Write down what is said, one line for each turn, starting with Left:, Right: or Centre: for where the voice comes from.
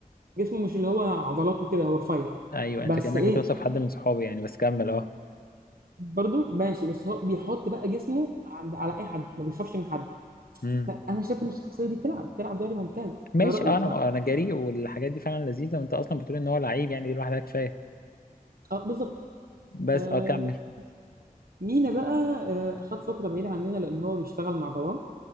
Right: جسمه مش اللي هو عضلاته كده هو رفيع
Left: ايوه
Right: بس
Left: انت كانك
Right: ايه
Left: بتوصف حد من صحابي يعني بس كمل اه
Right: برضو ماشي بس هو بيحط بقى جسمه عند على اي حد ما بيخافش من حد
Left: امم
Right: فانا شايف ان الشخصيه دي تلعب تلعب دوري ممتاز
Left: ماشي
Right: ده رايي
Left: اه
Right: بصراحه
Left: انا انا جريء والحاجات دي فعلا لذيذه وانت اصلا بتقول ان هو لعيب يعني دي لوحدها كفايه
Right: اه بالظبط
Left: بس
Right: آه
Left: اه كمل
Right: مينا بقى آه خد فتره بعيده عننا لان هو بيشتغل مع باباه